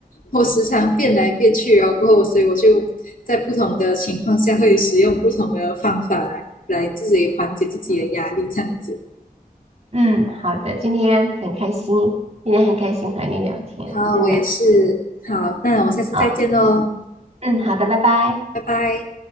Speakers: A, on the left; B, on the right.
A: 我时常变来变去，然后所以我就在不同的情况下会使用不同的方法来来自己缓解自己的压力，这样子。
B: 嗯，好的，今天很开心，今天很开心和你聊天，
A: 好，
B: 真的。
A: 我也是。好，那我们下次再见喽，
B: 好，嗯，好的，拜拜。
A: 拜拜。